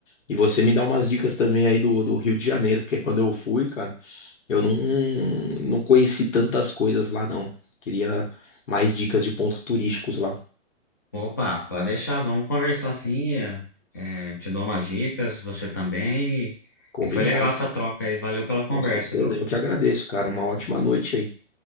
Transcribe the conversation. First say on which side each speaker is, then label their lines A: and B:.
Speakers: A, on the left; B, on the left.
A: E você me dá umas dicas também aí do, do Rio de Janeiro, porque quando eu fui, cara, eu não, não conheci tantas coisas lá, não. Queria mais dicas de pontos turísticos lá.
B: Opa, pode deixar, vamos conversar assim. é, é, te dou umas dicas, você também. E,
A: Combinado.
B: e foi legal essa troca aí, valeu pela conversa,
A: Com certeza.
B: viu?
A: Eu que agradeço, cara. Uma ótima noite aí.